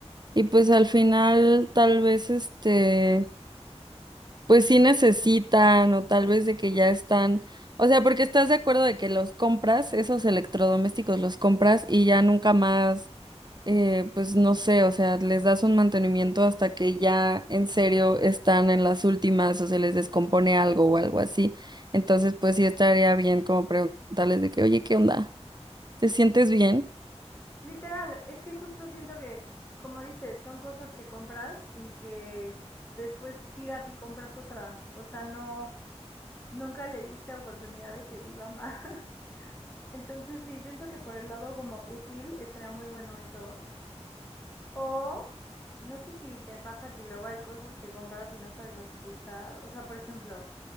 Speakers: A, on the right; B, on the left.
A: Y pues al final, tal vez este. pues sí necesitan o tal vez de que ya están, o sea, porque estás de acuerdo de que los compras, esos electrodomésticos los compras y ya nunca más, eh, pues no sé, o sea, les das un mantenimiento hasta que ya en serio están en las últimas o se les descompone algo o algo así. Entonces, pues sí estaría bien como preguntarles de que, oye, ¿qué onda? ¿Te sientes bien?
B: Literal, es que justo siento que, como dices, son cosas que compras y que después tiras y compras otra. O sea, no. Nunca le diste oportunidad de que viva más. <laughs> Entonces sí, siento que por el lado como útil estaría muy bueno eso. O no sé si te pasa que luego hay cosas que compras y no sabes a- usar. O sea, por ejemplo,